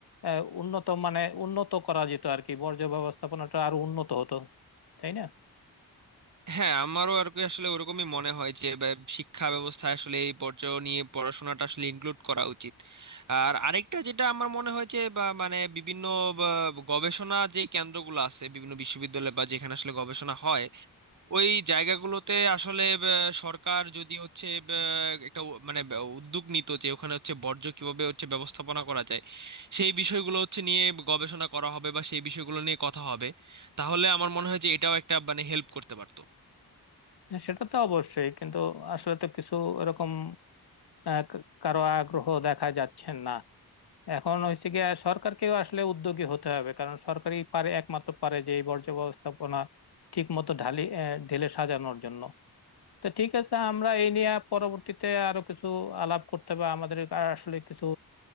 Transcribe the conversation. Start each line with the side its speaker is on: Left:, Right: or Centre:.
Left: আহ, উন্নত মানে উন্নত করা যেত আর কি বর্জ্য ব্যবস্থাপনাটা আরো উন্নত হতো তাই না
Right: হ্যাঁ আমারও আর কি আসলে ওরকমই মনে হয় যে বা- শিক্ষা ব্যবস্থায় আসলে এই পর্যায়ে নিয়ে পড়াশোনাটা আসলে ইনক্লুড করা উচিত আর আরেকটা যেটা আমার মনে হয় যে বা মানে বিভিন্ন বা, গবেষণা যে কেন্দ্রগুলো আছে বিভিন্ন বিশ্ববিদ্যালয় বা যেখানে আসলে গবেষণা হয় ওই জায়গাগুলোতে আসলে বা, সরকার যদি হচ্ছে বা, একটা উ- মানে বা, উদ্যোগ নিত যে ওখানে হচ্ছে বর্জ্য কিভাবে হচ্ছে ব্যবস্থাপনা করা যায় সেই বিষয়গুলো হচ্ছে নিয়ে গবেষণা করা হবে বা সেই বিষয়গুলো নিয়ে কথা হবে তাহলে আমার মনে হয় যে এটাও একটা মানে হেল্প করতে পারতো
Left: হ্যাঁ, সেটা তো অবশ্যই কিন্তু আসলে তো কিছু এরকম আহ, ক- কারো আগ্রহ দেখা যাচ্ছে না এখন হচ্ছে গিয়ে সরকারকেও আসলে উদ্যোগী হতে হবে কারণ সরকারই পারে একমাত্র পারে যে এই বর্জ্য ব্যবস্থাপনা ঠিক মতো ঢালি আহ, ঢেলে সাজানোর জন্য তো ঠিক আছে আমরা এই নিয়ে পরবর্তীতে আরো কিছু আলাপ করতে হবে আমাদের আর আসলে কিছু